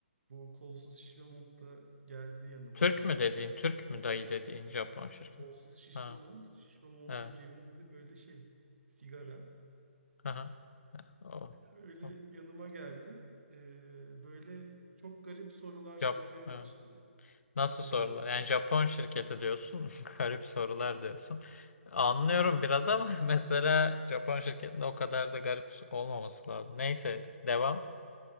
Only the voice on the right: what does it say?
bu kolsuz şişme montla geldi yanıma.
E,
Türk
Türk
kolsuz şişme
mont. Şişme montun
cebinde de böyle şey sigara.
Öyle
yanıma geldi. Ee, böyle çok garip sorular sormaya
başladı.
Ee,